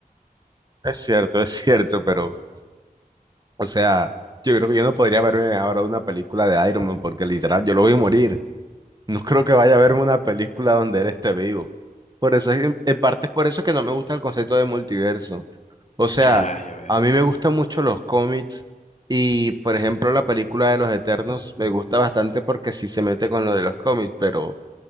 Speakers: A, on the right (about 25°); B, on the left (about 50°).
A: Es cierto, es cierto, pero, o sea, yo creo que yo no podría verme ahora una película de Iron Man porque literal yo lo voy a morir. No creo que vaya a verme una película donde él esté vivo. Por eso es, en parte es por eso que no me gusta el concepto de multiverso. O sea,
B: Ah, ya veo.
A: a mí me gustan mucho los cómics y, por ejemplo, la película de los Eternos me gusta bastante porque sí se mete con lo de los cómics, pero,